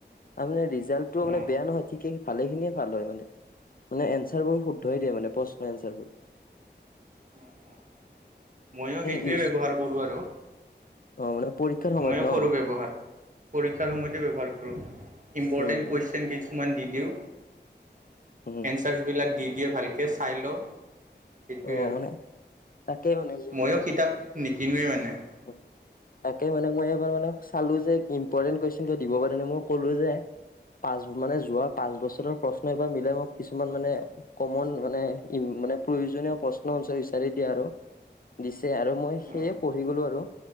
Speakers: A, on the left; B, on the right.
A: তাৰ মানে, ৰিজাল্টটো
B: অ',
A: মানে বেয়া নহয় ঠিকেই, ভালে খিনিয়ে ভাল হয় মানে্ মানে এঞ্চাৰবোৰ শুদ্ধই দিয়ে মানে, প্ৰশ্ন এঞ্চাৰবোৰ।
B: উম উম মইয়ো সেইটোৱে
A: ইউজ
B: ব্যৱহাৰ কৰোঁ আৰু
A: অ মানে পৰীক্ষাৰ সময়ত
B: ময়ো
A: ন
B: কৰোঁ ব্যৱহাৰ, পৰীক্ষাৰ সময়তে ব্যৱহাৰ কৰোঁ ইম্পৰ্টেণ্ট
A: উম
B: কুৱেশন কিছুমান দি দিওঁ,
A: উম
B: এনচাৰছ বিলাক দি দিয়ে ভালকৈ চাই লওঁ, সেইটোৱেই
A: অ
B: আৰু,
A: মানে তাকেই মানে যদি
B: ময়ো কিতাপ নিকিনোৱে মানে
A: উম, তাকে মানে মই এইবাৰ মানে চালো যে, ইম্পৰ্টেণ্ট কুৱেশন কে দিব পেৰে নে, মই কলো যে পাঁচ মানে যোৱা পাঁচ বছৰৰ প্ৰশ্ন এইবাৰ মিলাই মোক কিছুমান মানে, কমন মানে ইম মানে প্ৰয়োজনীয় প্ৰশ্ন এনচাৰ বিচাৰি দিয়া আৰু দি আৰু মই সেয়ে
B: অ'।
A: পঢ়ি গ'লো আৰু,